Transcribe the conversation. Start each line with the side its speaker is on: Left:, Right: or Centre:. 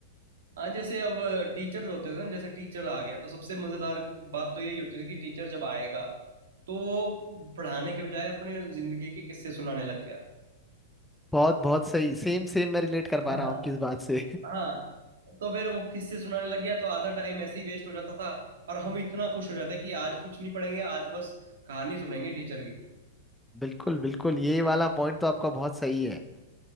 Right: हाँ जैसे अब टीचर्स होते थे ना जैसे टीचर आ गया तो सबसे मजेदार क- बात तो यही होती थी कि टीचर जब आएगा तो वो पढ़ाने के बजाय अपने जिंदगी के किस्से सुनाने लग गया
Centre: बहुत बहुत सही सेम सेम मैं रिलेट कर पा
Right: हाँ
Centre: रहा हूँ आपकी इस बात से
Right: हाँ तो फिर वो किस्से सुनाने लग गया तो आधा टाइम ऐसे ही वेस्ट हो जाता था और हम इतना खुश हो जाते कि आज कुछ नहीं पढ़ेंगे आज बस कहानी सुनेंगे टीचर की
Centre: <laughs> बिल्कुल बिल्कुल ये वाला पॉइंट तो आपका बहुत सही है